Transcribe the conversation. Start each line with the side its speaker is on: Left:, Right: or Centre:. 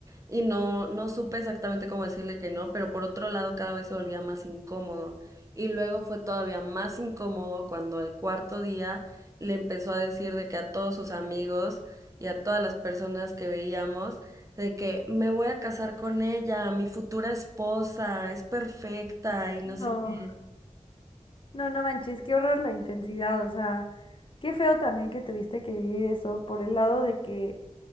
Right: y no, no supe exactamente cómo decirle que no, pero por otro lado cada vez se volvía más incómodo. Y luego fue todavía más incómodo cuando el cuarto día le empezó a decir de que a todos sus amigos y a todas las personas que veíamos, de que me voy a casar con ella, mi futura esposa, es perfecta y no
Left: No,
Right: sé qué.
Left: no, no manches, qué horror la intensidad, o sea, qué feo también que tuviste que vivir eso por el lado de que